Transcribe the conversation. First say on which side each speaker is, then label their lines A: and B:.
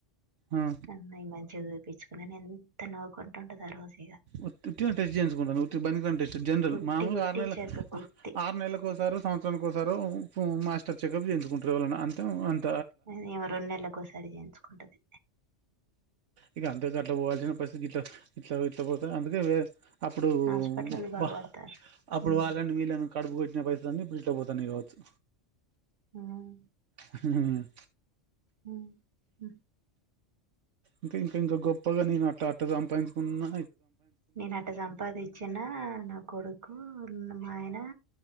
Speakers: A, on the right; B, on the right.
A: ఆ
B: అన్నై మంచిగ చూత్ పిచ్చుకొని ఎంత నవ్వుకుంటుంటదొ ఆ రోజిగ.
A: ఉత్తుత్తిగనే టెస్ట్ జేయికుంటదంట, ఉత్తి బనికిరాని టెస్ట్ జనరల్
B: గుట్టి
A: మామూలుగా
B: గుట్టి
A: ఆరు నెల
B: చెకప్
A: ఆ
B: ఉత్తి
A: ఆరు నెల్ల కోసారో సంవత్సరాని కోసారో ఊ మాస్టర్ చెకప్ జేయించుకుంటరు ఎవళన్నా అంతే అంత్
B: ఏంది ఈమె రొండ్నెలకోసారి జేయించుకుంటది
A: ఇగ అంతగట్లా పోవాల్సిన పరిస్థితి గిట్లా ఇట్లా ఇట్లా పోతే అందుకేే వే అప్పుడూ
B: హాస్పిటల్ బాగుపడతారు
A: వాహ్ అప్పుడు
B: ఉమ్,
A: వాళ్ళని వీళ్ళని కడుపు గొట్టిన పైసలన్నీ బీట్లో పో తనివి కావొచ్చు
B: ఊమ్
A: హుహుహు
B: ఊమ్ హు
A: ఇంకా ఇంకా ఇంకా గొప్పగా నేను అట్ట అట్ట సంపాయించుకున్నా
B: నేను అట్ట సంపాదిచ్చినా నా కొడుకూ మా ఆయనా